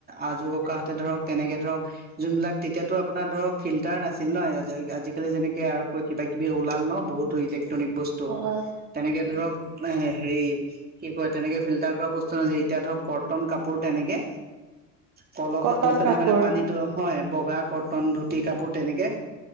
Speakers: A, on the right; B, on the right.
A: আজো ককাহঁতে ধৰক তেনেকে ধৰক যোনবিলাক তেতিয়াতো আপোনাৰ ধৰক ফিল্টাৰ নাছিল ন আজিকালি যেনেকে আৰু কিবা কিবি ওলাল ন বহুতো ইলেক্ট্ৰনিক বস্তু
B: হয়
A: তেনেকে ধৰক এ হেৰি কি কয় তেনেকে ফিল্টাৰ কৰা বস্তু নাছিলে এতিয়া ধৰক কটন কাপোৰ তেনেকে কলহত
B: কটন
A: দি পেলাই
B: কাপোৰ
A: মানে পানীতটো হয় বগা কটন ধুতি কাপোৰ তেনেকে